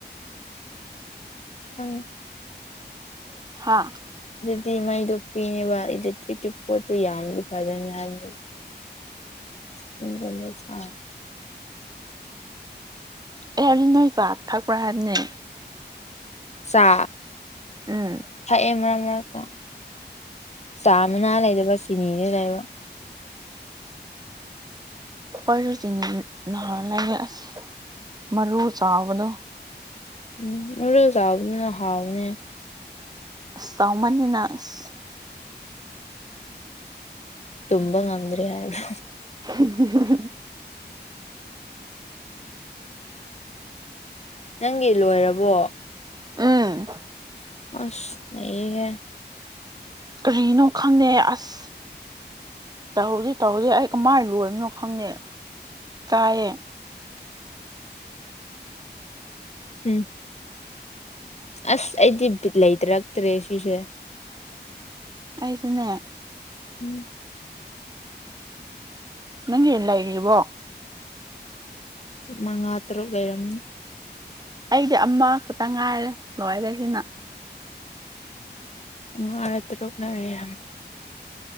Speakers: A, on the left; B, on the right.
A: <unintelligible>
B: ꯍꯥ
A: ꯗꯤ ꯃꯩꯗꯣ ꯄꯤꯌꯦꯕ ꯏꯂꯦꯛꯇ꯭ꯔꯤꯛꯀꯤ ꯄꯣꯠꯇꯨ ꯌꯥꯝꯗꯤ ꯐꯖꯅꯤ ꯍꯥꯏꯅꯤ <unintelligible>
B: ꯑꯩ ꯍꯥꯏꯕꯗꯤ ꯅꯣꯏ ꯆꯥ ꯊꯛꯄ꯭ꯔꯥ ꯍꯥꯏꯕꯅꯦ
A: ꯆꯥ
B: ꯎꯝ
A: ꯊꯛꯑꯦ ꯃꯔꯛ ꯃꯔꯛꯇꯥ ꯆꯥꯃꯅꯥ ꯂꯩꯗꯕ ꯆꯤꯅꯤꯗꯤ ꯂꯩꯕ
B: ꯈꯣꯏꯖꯨ ꯆꯤꯅꯤ ꯅꯍꯥꯟ ꯂꯩꯌꯦ ꯑꯁ ꯃꯔꯨ ꯆꯥꯎꯕꯗꯣ
A: ꯎꯝ ꯎꯔꯣ ꯆꯥꯕꯗꯨꯅ ꯍꯥꯎꯕꯅꯦ
B: ꯑꯁ ꯆꯥꯎꯃꯟꯗꯅ ꯑꯁ
A: ꯇꯨꯝꯕ ꯉꯝꯗ꯭ꯔꯦ ꯍꯥꯏꯕ
B: ꯍꯍꯥꯍꯨ
A: ꯅꯪꯒꯤ ꯂꯣꯏꯔꯕꯣ
B: ꯎꯝ
A: ꯑꯁ ꯅꯩꯍꯦ
B: ꯀꯔꯤꯅꯣ ꯈꯪꯗꯦ ꯑꯁ ꯇꯧꯍꯧꯖꯤ ꯇꯧꯍꯧꯖꯤ ꯑꯩ ꯀꯃꯥꯏꯟ ꯂꯣꯏꯕꯅꯣ ꯈꯪꯗꯦ ꯀꯥꯏꯌꯦ
A: <unintelligible> ꯑꯁ ꯑꯩꯗꯤ ꯕꯤꯠ ꯂꯩꯇꯔꯛꯇ꯭ꯔꯦ ꯁꯤꯁꯦ
B: ꯑꯩꯁꯨꯅꯦ
A: ꯎꯝ
B: ꯅꯪꯒꯤ ꯂꯩꯔꯤꯕꯣ
A: ꯃꯉꯥ ꯇꯔꯨꯛ ꯂꯩꯔꯝꯃꯤ
B: ꯑꯩꯗꯤ ꯑꯃ ꯈꯛꯇ ꯉꯥꯏꯔꯦ ꯂꯣꯏꯔꯦ ꯁꯤꯅ
A: ꯃꯉꯥ ꯔ ꯇꯔꯨꯛꯔ ꯌꯥꯝ